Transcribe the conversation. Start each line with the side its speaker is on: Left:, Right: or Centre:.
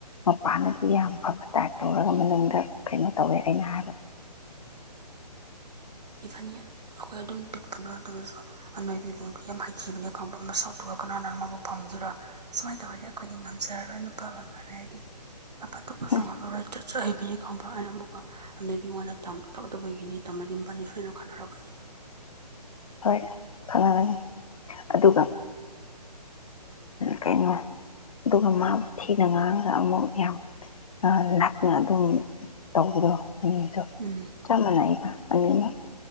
Left: ꯃꯄꯥꯟꯗꯗꯤ ꯌꯥꯝ ꯐꯕ ꯇꯥꯏꯞ ꯇꯧꯔꯒ ꯃꯅꯨꯡꯗ ꯀꯩꯅꯣ ꯇꯧꯋꯦ ꯑꯩꯅ ꯍꯥꯏꯕ
Right: ꯏꯐꯅꯤ <inaudible> ꯑꯩꯈꯣꯏ ꯑꯗꯨꯝ ꯄꯤꯛꯄꯅ ꯃꯇꯝꯗꯁꯨ ꯑꯅꯣꯏꯕꯤꯕꯨ ꯌꯥꯝ ꯍꯥꯏꯈꯤꯕꯅꯦ ꯈꯪꯕ꯭ꯔ ꯃꯁꯛꯇꯨꯒ ꯀꯅꯥꯅ ꯃꯥꯕꯨ ꯄꯝꯒꯦꯔꯥ ꯁꯨꯃꯥꯏꯅ ꯇꯧꯔꯗꯤ ꯑꯩꯈꯣꯏꯗꯤ ꯉꯝꯖꯔꯔꯣꯏ ꯅꯨꯄꯥꯒ ꯉꯥꯡꯅꯔꯗꯤ ꯃꯄꯥꯟ ꯊꯣꯛꯄꯁꯨ
Left: ꯎꯝ
Right: ꯉꯝꯃꯔꯣꯏ ꯆꯠ ꯍꯩꯕꯅꯤ ꯈꯪꯕ꯭ꯔꯥ ꯍꯥꯏꯅ ꯑꯃꯨꯛꯀ ꯍꯥꯅꯨꯕꯤꯉꯣꯟꯗ ꯇꯝ ꯇꯧꯗꯕꯒꯤꯅꯤ ꯇꯝꯂꯗꯤ ꯃꯣꯢꯕꯅꯤ ꯁꯣꯏꯅ ꯈꯠꯅꯔꯛꯀꯅꯤ
Left: ꯍꯣꯏ ꯈꯪꯔꯒꯅꯤ ꯑꯗꯨꯒ ꯀꯩꯅꯣ ꯑꯗꯨꯒ ꯃꯥꯕꯨ ꯊꯤꯅ ꯉꯥꯡꯉꯒ ꯑꯃꯨꯛ ꯌꯥꯝ ꯂꯥꯛꯅ ꯑꯗꯨꯝ ꯇꯧꯕꯗꯣ ꯃꯌꯦꯁꯨ <inaudible>
Right: ꯎꯝ
Left: ꯆꯞ ꯃꯅꯩꯗ ꯑꯅꯤꯃꯛ